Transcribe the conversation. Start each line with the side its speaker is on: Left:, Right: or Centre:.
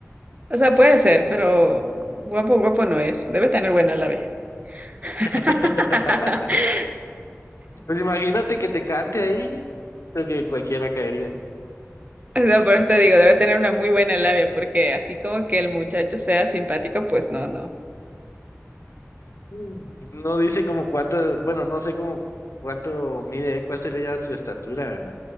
Right: O sea, puede ser, pero guapo, guapo no es. Debe tener buena labia. <laughs>
Left: <laughs> Pues imagínate que te cante ahí. Creo que cualquiera caería.
Right: O sea, por eso te digo, debe tener una muy buena labia, porque así como que el muchacho sea simpático, pues no, no.
Left: Mm. No dice como cuánto, bueno, no sé como cuánto mide, cuál sería su estatura, ¿verdad?